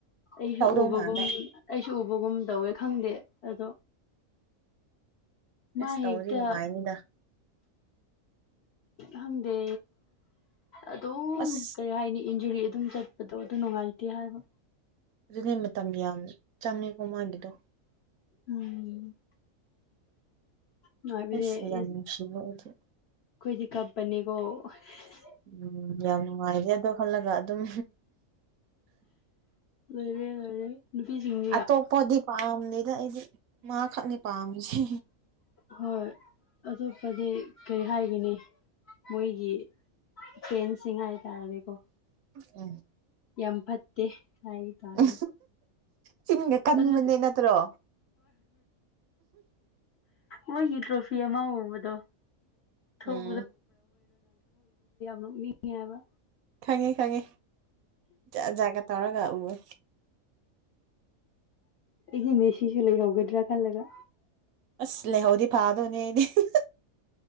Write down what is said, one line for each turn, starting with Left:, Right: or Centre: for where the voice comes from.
Left: ꯑꯩꯁꯨ
Right: ꯇꯧꯗꯧ
Left: ꯎꯕꯒꯨꯝ
Right: ꯃꯥꯜꯂꯦ
Left: ꯑꯩꯁꯨ ꯎꯕꯒꯨꯝ ꯇꯧꯋꯦ ꯈꯪꯗꯦ ꯑꯗꯣ ꯃꯥ
Right: ꯑꯦꯁ
Left: ꯍꯦꯛꯇ
Right: ꯇꯧꯔꯤ ꯅꯨꯡꯉꯥꯏꯅꯤꯗ
Left: ꯈꯪꯗꯦ ꯑꯗꯨꯝ
Right: ꯑꯁ
Left: ꯀꯔꯤ ꯍꯥꯏꯅꯤ ꯏꯟꯖꯨꯔꯤ ꯑꯗꯨꯝ ꯆꯠ ꯑꯗꯨꯗꯣ ꯑꯗꯨ ꯅꯨꯡꯉꯥꯏꯇꯦ ꯍꯥꯏꯕ
Right: ꯑꯗꯨꯅꯦ ꯃꯇꯝ ꯌꯥꯝ ꯆꯪꯉꯦꯀꯣ ꯃꯥꯒꯤꯗꯣ
Left: ꯎꯝ ꯅꯨꯡꯉꯥꯏꯕꯗꯤ
Right: ꯑꯦꯁ ꯌꯥꯝ
Left: ꯏꯁ
Right: ꯅꯨꯡꯁꯤ ꯍꯥꯏꯗꯤ
Left: ꯑꯩꯈꯣꯏꯗꯤ ꯈꯠꯄꯅꯤꯒꯣ <unintelligible>
Right: ꯎꯝ ꯌꯥꯝ ꯅꯨꯡꯉꯥꯏꯔꯦ ꯑꯗꯣ ꯈꯜꯂꯒ ꯑꯗꯨꯝ
Left: ꯃꯔꯦ ꯂꯩꯔꯦ ꯅꯨꯄꯤꯁꯤꯡ
Right: ꯑꯇꯣꯞꯄꯗꯤ ꯄꯥꯝꯗꯦꯗ ꯑꯩꯗꯤ ꯃꯥꯈꯛꯅꯤ ꯄꯥꯝꯃꯤꯁꯤ
Left: ꯍꯣꯏ ꯑꯇꯣꯞꯄꯗꯤ ꯀꯔꯤ ꯍꯥꯏꯒꯅꯤ ꯃꯣꯏꯒꯤ ꯐ꯭ꯔꯦꯟꯁꯤꯡ ꯍꯥꯏꯇꯥꯔꯦꯗꯤꯀꯣ
Right: ꯎꯝ
Left: ꯌꯥ ꯐꯠꯇꯦ ꯍꯥꯏ ꯇꯥꯔꯦ
Right: ꯎ ꯆꯤꯟꯒ ꯀꯟꯕꯅꯦ
Left: ꯑꯗ
Right: ꯅꯠꯇ꯭ꯔꯣ
Left: ꯋꯥꯣꯏ ꯇ꯭ꯔꯣꯐꯤ ꯑꯃ ꯑꯣꯕꯗꯣ <unintelligible> ꯌꯥꯝ
Right: ꯎꯝ
Left: ꯅꯣꯛꯅꯤꯡꯉꯦ ꯍꯥꯏꯕ
Right: ꯈꯪꯉꯦ ꯈꯪꯉꯦ ꯖꯥꯠ ꯖꯥꯠꯀ ꯇꯧꯔꯒ ꯎꯋꯦ
Left: ꯑꯩꯒꯤ ꯃꯦꯁꯤꯁꯨ ꯂꯩ ꯍꯧꯒꯗ꯭ꯔꯥ ꯈꯜꯂꯒ
Right: ꯑꯁ ꯂꯦꯍꯧꯗꯤ ꯐꯥꯗꯣꯅꯦ ꯑꯩꯗꯤ <unintelligible>